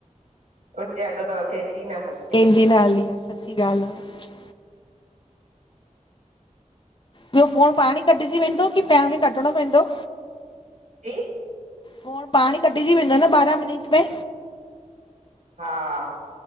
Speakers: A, on the right; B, on the left.
A: हुनजे अघ त कंहिंजी न हल
B: कंहिंजी ना हली आ सची ॻाल्हि आ ॿियो फोन पाणी कटिजी वेंदो की पां खे कटिणो पवंदो?
A: जी
B: फोन पाण ई कटिजी वेंदो न ॿारहां मिनट में
A: हा